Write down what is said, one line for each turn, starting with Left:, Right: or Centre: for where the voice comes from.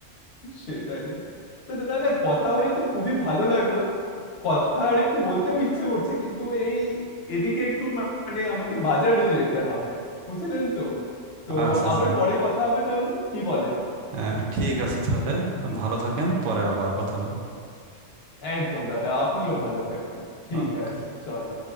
Left: সেটাই তো দাদা কথা হয়ে তো খুবই ভালো লাগলো কথা আর একটু বলতেও ইচ্ছে করছে কিন্তু এই এদিকে একটু মানে আমাকে বাজারে যেতে হবে বুঝলেন তো তো
Right: আচ্ছা আচ্ছা
Left: আবার পরে কথা হবে তাহলে কি বলেন
Right: আহ, ঠিক আছে তাহলে ভালো থাকেন পরে আবার কথা হবে
Left: একদম দাদা আপনিও ভালো থাকবেন ঠিক
Right: ওকে
Left: আছে চলে